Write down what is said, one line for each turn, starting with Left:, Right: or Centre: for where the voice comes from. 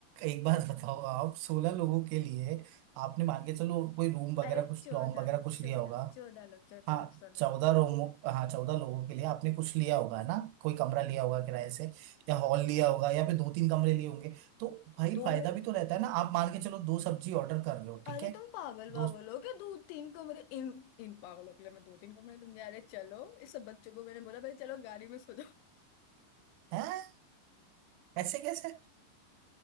Right: एक बात <laughs> बताओ आप सोलह लोगों के लिए आपने मान के चलो कोई रूम वगैरह
Left: अरे
Right: कुछ
Left: चौदह
Right: डॉर्म वगैरह कुछ
Left: चौदह
Right: लिया होगा
Left: चौदह लोग चौदह
Right: हाँ
Left: लोग चौदह
Right: चौदह
Left: लोग
Right: रूम हाँ चौदह लोगों के लिए आपने कुछ लिया होगा है ना कोई कमरा लिया होगा किराए से या हॉल लिया होगा या फिर दो तीन कमरे लिए होंगे तो भाई
Left: दो
Right: फायदा भी तो रहता है ना आप मान के चलो दो सब्जी ऑर्डर कर रहे हो ठीक
Left: अरे
Right: है
Left: तुम पागल
Right: दो
Left: पागल हो क्या दो तीन कमरे इन इन पागलों के लिए मैं दो तीन कमरे तुम अरे चलो इस सब बच्चों को मैंने बोला भाई चलो गाड़ी में सो जाओ
Right: हैं ऐसे कैसे